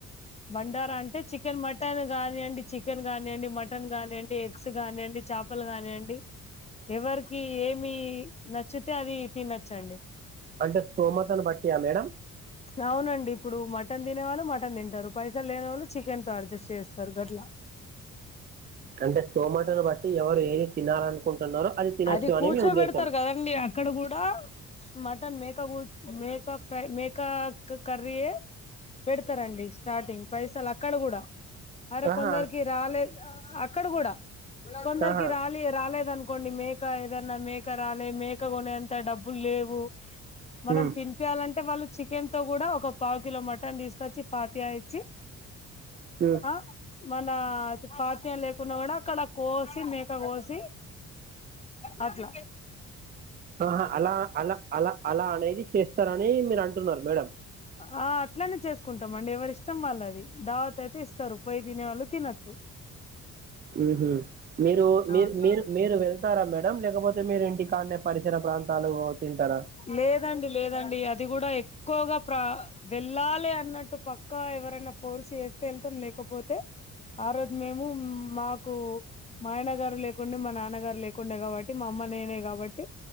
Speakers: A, on the left; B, on the right.
A: బండారా అంటే చికెన్ మట టన్ గానియ్యండి చికెన్ గానియ్యండి మటన్ గానియ్యండి ఎగ్స్ గానియ్యండి చాపలు గానియ్యండి ఎవరికి ఏమీ నచ్చుతే అది తినచ్చండి
B: అంటే స్తోమతను బట్టియా మేడం
A: అవునండి ఇప్పుడు మటన్ దినే వాళ్ళు మటన్ దింటరు పైసల్లేనోళ్ళు చికెన్తో అడ్జస్ట్ జేస్తరు గట్ల
B: అంటే స్తోమతను బట్టి ఎవరు ఏం తినాలనుకుంటున్నారో అది తినచ్చు
A: అది కూర్చోబెడతరు
B: అని మీ ఉద్దేశం
A: గదండి అక్కడ గూడా మటన్ మేకగూ మేక ఫ్రై మేకా క కర్రీయే పెడతరండి స్టార్టింగ్ పైసలక్కడ గూడా అరె
B: ఆహా
A: కొందరికి రాలేద్ అక్కడ గూడా కొందరికి
B: ఆహా
A: రాలే రాలేదనుకోండి మే క ఏదన్నా మేక రాలే మేక గొనేంత డబ్బుల్లేవు మనం
B: ఉమ్,
A: తిన్ పియాలంటే వాళ్ళు చికెన్తో గూడా ఒక పావుకిలో మటన్ దీసుకచ్చి పాతియా ఇచ్చి
B: <inaudible>
A: అ మనా ఫత్యల్లేకున్నా గుడా అక్కడ కోసి మేక గోసి అట్ల
B: ఆహా అలా అల అల అలా అనేది చేస్తరనీ మీరంటున్నరు మేడం
A: ఆ అట్లనే జేసుకుంటమండి ఎవరిష్టం వాళ్ళుది దావతయితే ఇస్తరు పొయి దినే వాళ్ళు తినచ్చు
B: ఊహు మీరూ మీరు
A: అవును
B: మీరు మీరు వెళ్తారా మేడం లేకపోతే మీరింటి కాన్నే పరిసర ప్రాంతాలో తింటరా
A: లేదండి లేదండి అది గూడా ఎక్కువగా ప్రా వెళ్ళాలి అన్నట్టు పక్కా ఎవరైనా ఫోర్స్ జేస్తె ఎళ్తం లేకపోతే ఆ రోజు మేము మ్మాకూ మా ఆయన గారు లేకుండె మా నాన్నగారు లేకుండె గాబట్టి మా అమ్మ నేనే గా బట్టి